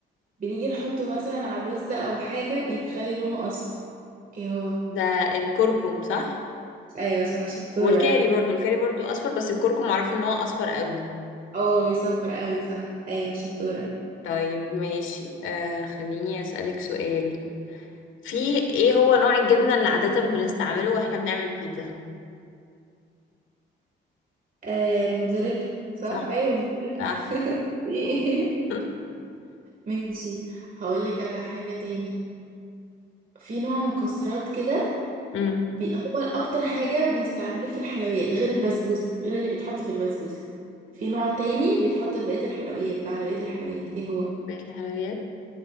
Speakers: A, on the right; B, on the left.
A: بنيجي نحطه مثلا على الرز ده او حاجة بيخلي لونه اصفر ايه هو
B: ده الكركم صح
A: ايوه صح شطورة
B: والكاري برضو الكاري برضو اصفر بس الكركم معروف ان هو اصفر قوي
A: اه بيصفر قوي صح ايوه شطورة
B: طيب ماشي آه خليني اسالك سؤال في ايه هو نوع الجبنه اللي عاده بنستعمله واحنا بنعمل البيتزا
A: آه الموتزاريلا صح
B: صح
A: ايوه موتزاريلا
B: صح
A: <laughs> إيه؟
B: برافو. <laughs>
A: ماشي هقولك على حاجة تاني في نوع مكسرات كده
B: امم
A: بي... هو اكتر حاجة بيستعملوه في الحلويات غير البسبوسة غير اللي بيتحط في البسبوسة في نوع تاني بيتحط في بقية الحلويات بقى على بقية الحلويات ايه هو
B: بيت الحلويات